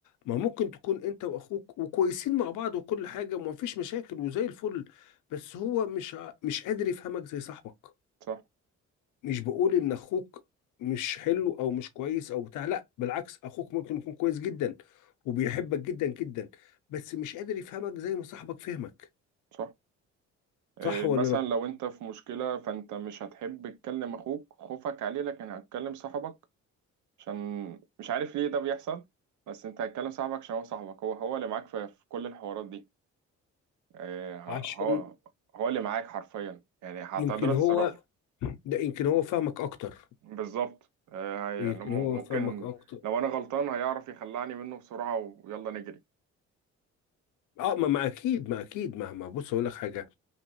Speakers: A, on the left; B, on the right.
A: ما ممكن تكون انت واخوك وكويسين مع بعض وكل حاجة وما فيش مشاكل وزي الفل بس هو مش ع- مش قادر يفهمك زي صاحبك
B: صح
A: مش بقول ان اخوك مش حلو او مش كويس او بتاع لا بالعكس اخوك ممكن يكون كويس جدا وبيحبك جدا جدا بس مش قادر يفهمك زي ما صاحبك فهمك
B: صح إيه
A: صح ولا
B: مثلا
A: لا
B: لو انت في مشكله فانت مش هتحب تكلم اخوك خوفك عليه لكن هتكلم صاحبك عشان مش عارف ليه ده بيحصل بس انت هتكلم صاحبك عشان هو صاحبك هو هو اللي معاك في في كل الحوارات دي إيه، ه-
A: عشان
B: هو هو اللي معاك حرفيا يعني هتقدر
A: يمكن
B: تتصرف
A: هو ده يمكن هو فاهمك اكتر
B: بالظبط آه، هي-
A: يمكن
B: لم-
A: هو
B: ممكن
A: فاهمك اكتر
B: لو انا غلطان هيعرف يخلعني منه بسرعة ويلا نجري
A: اه ما ما اكيد ما اكيد ما ما بص اقول لك حاجه